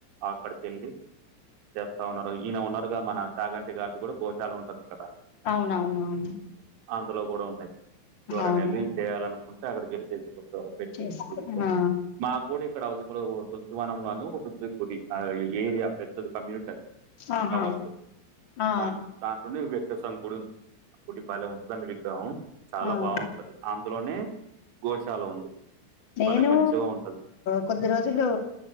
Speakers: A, on the right; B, on the left.
A: అక్కడికి వెళ్ళి, చేస్తా ఉన్నారు. ఈయన ఉన్నారుగా మన చాగంటి గారిది కూడా గోశాల ఉంటది ఇక్కడ
B: అవునవునవును.
A: ఇందులో కూడా ఉన్నాయి. ఎవరైన
B: అవును
A: వెళ్ళి చేయాలనుకుంటే అక్కడికెళ్లి చేయచ్చు. కొత్త పెట్టి
B: చేస్త
A: చూసుకొని,
B: ఆ
A: మాక్కూడ ఇక్కడ అవసిం లో ఒకటుంది. వనంలా అని ఒకటుంటుంది గుడి ఆ ఏరియా పెద్దది కమ్యూనిటీ అది.
B: ఆహా
A: టవర్స్
B: ఆ
A: దా దాంట్లోనే వ్యక్తసం గుడి ఉంది. గుడి భలే ఉంటదండి విగ్రహం. చాలా
B: ఆ
A: బాగుంటది. అందులోనే గోశాల ఉంది
B: నేను
A: భలే మంచిగా ఉంటది
B: కొద్ది రోజులు